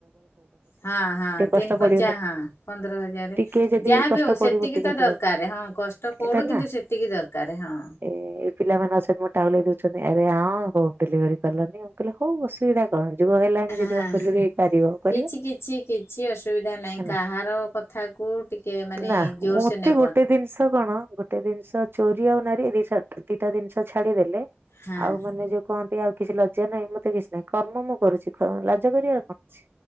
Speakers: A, on the left; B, on the right.
A: ହଁ ହଁ
B: କଷ୍ଟ
A: ତିନ ପଞ୍ଚା
B: ପଡିବନି
A: ହଁ ପନ୍ଦର ହଜାରେ।
B: ଟିକେ ଯଦି
A: ଯାହା
B: କଷ୍ଟ
A: ବି ହୋଉ
B: ପଡିବ
A: ସେତିକି
B: ଟିକେ
A: ତ
B: ଯିବାକୁ
A: ଦରକାରେ ହଁ କଷ୍ଟ
B: ଏଇଟା
A: ପଡୁ
B: ନା
A: କିନ୍ତୁ ସେତିକି ଦରକାର ହଁ।
B: ଏ ପିଲାମାନେ ଅଛନ୍ତି ମ ଟାହୁଲେଇ ଦୋଉଛନ୍ତି ଆରେ ହଁ ହୋମ ଡେଲିଭରି କଲନି ଆଉ ମୁଁ କହିଲି ହୋଉ ଅସୁବିଧା କଣ ଯୁଗ ହେଲାଣି
A: ହାଁ
B: ଯଦି ହୋମ ଡେଲିଭରି ହେଇପାରିବ କରିବା
A: କିଛି କିଛି କିଛି ଅସୁବିଧା ନାହିଁ
B: ହେଲା
A: କାହାର କ କଥାକୁ ଟିକେ ମାନେ
B: ନା
A: ଜୋରସେ
B: ମତେ
A: ନେ
B: ଗୋଟେ ଦିନଷ କଣ ଗୋଟେ ଦିନଷ ଚୋରି ଆଉ ନାରୀ ଏଇ ଦି ଛାଡ ଏ ଦିଟା ଜିନଷ ଛାଡିଦେଲେ
A: ହଁ।
B: ଆଉ ମାନେ ଯୋଉ କହନ୍ତି ଆଉ କିଛି ଲଜ୍ୟା ନାହିଁ ମତେ କିଛି ନାହିଁ କର୍ମ ମୁଁ କରୁଚି। ହଁ ଲାଜ କରିବାର କଣ ଅଛି